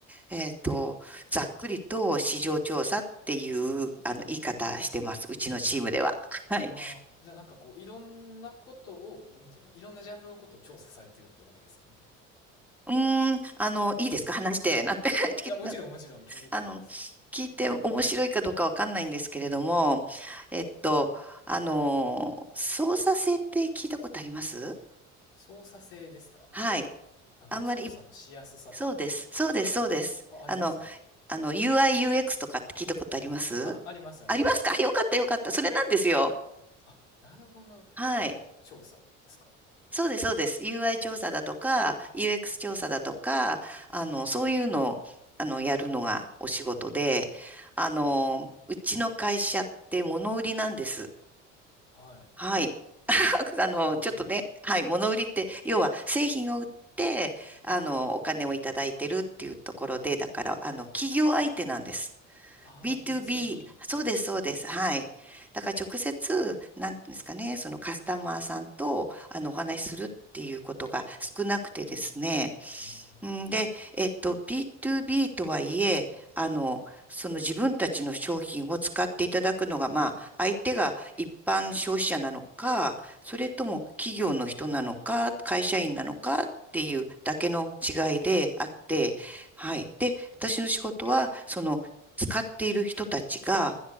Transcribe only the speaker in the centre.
えっと、ざっくりと市場調査っていうあの言い方してます。うちのチームでは。はい。
うーん、あの、いいですか話して、なんて <laughs>
あの、聞いて面白いかどうかわかんないんですけれども、えっと、あの、操作性って聞いたことあります
はい。
あんまり、
そうです。そうです、そうです。
あの、あの、UI、UX とかって聞いたことありますありますかよかった、
よかった。それなんですよ。
はい。
そうです、そうです。UI 調査だとか、UX 調査だとか、あの、
そういうのを、あの、やるのがお仕事で、あの、うちの会社って物売りなんです。
はい。<laughs> あの、
ちょっとね、はい、物売りって、要は製品を売って、あの、
お金をいただいてるっていうところで、だから、あの、企業相手なんです。
B2B、
そうです、そうです。はい。だから直接、なんていうんですかね、そのカスタマーさんと、あの、お話しするっていうことが少なくてですね。
んで、えっと、B2B とはいえ、あの、その自分たちの商品を使っていただくのが、まあ、相手が一般消費者なのか、それとも企業の人なのか、会社員なのかっていうだけの違いであって、
はい。で、私の仕事は、その使っている人たちが、